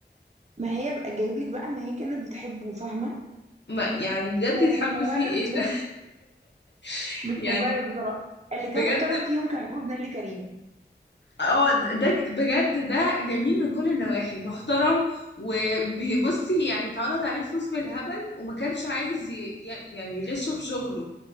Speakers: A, on the right; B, on the left.
A: ما هي بقى جايب لك بقى ان هي كانت بتحبه فاهمه
B: ما يعني بجد
A: هو
B: يتحب
A: مش مبرر
B: فيه ايه
A: بصراحه
B: ده <laughs>
A: مش
B: يعني
A: مبرر بصراحه اللي
B: بجد
A: كان محترم فيهم كان جوز نيللي كريم
B: اه ده بجد ده جميل من كل النواحي محترم وبصي يعني اتعرض عليه فلوس بالهبل وما كانش عايز ي- ي- يعني يغشه في شغله